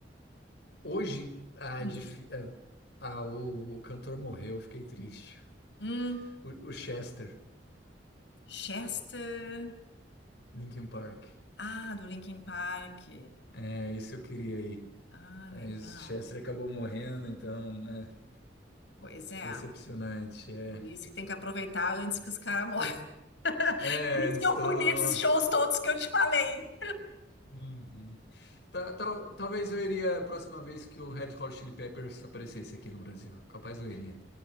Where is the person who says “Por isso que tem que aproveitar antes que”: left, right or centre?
Left